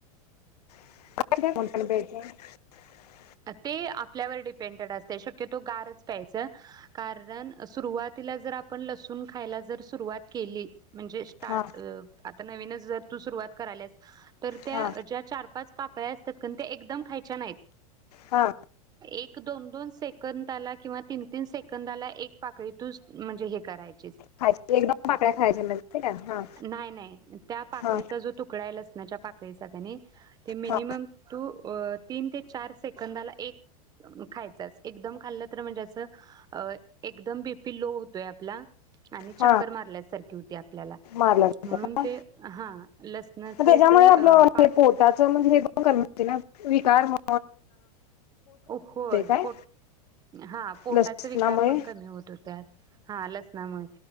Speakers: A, on the left; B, on the right.
A: <unintelligible>
B: ते आपल्यावर डिपेंडेड असते शक्यतो गारच प्यायचं. कारण सुरुवातीला जर आपण पण लसूण खायला जर सुरुवात केली. म्हणजे स्टार्ट,
A: हा
B: <unintelligible> तु सुरुवात करल्यास तर त्या
A: हा
B: ज्या चार पाच पा का असतात ते एकदम खायच्या नाही
A: हा
B: एक दोन दोन सेकंदला किंवा तीन तीन सेकंदला एक पाकळीतून म्हणजे हे करायच.
A: खाय एकदम पाकळया खायच्या म्हज ठीक आहे. हा
B: नाही नाही त्या पाकळीचा
A: हा
B: जो तुकडा आहे लसणाच्या पाकळी मिनमम
A: हा
B: तू तीन ते चार सेकंदाला एक खायच असतय. एकदम खाल्लं तर म्हणजे असं अ एकदम बीपी लो होतोय, आपला आणि
A: हा
B: चक्कर मारल्यासारखी होती आपल्याला
A: मारल्यानंतर
B: म्हणून,
A: हा
B: ते हा लसणाचे
A: त्याच्यामुळे
B: जे
A: आपलं
B: अ, पा
A: पोटाच म्हणजे हे पण कमी होतील लाना विकार म्ह
B: होय
A: काय
B: पोट हा आं पोटाचे
A: लसणामुळे
B: विकार पण कमी होत होत्यात, हा लसनामुळे,